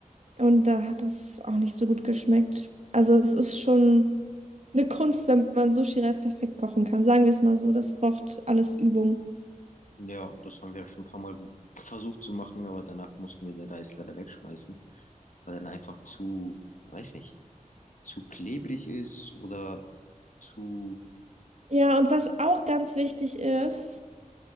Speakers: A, on the right (about 55°); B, on the left (about 65°).
A: und da hat das auch nicht so gut geschmeckt. Also es ist schon eine Kunst, wenn man Sushi-Reis perfekt kochen kann. Sagen wir es mal so, das braucht alles Übung.
B: Ja, und das haben wir schon ein paar Mal versucht zu machen, aber danach mussten wir den Reis leider wegschmeißen, weil er dann einfach zu, weiß nicht, zu klebrig ist oder zu
A: Ja, und was auch ganz wichtig ist,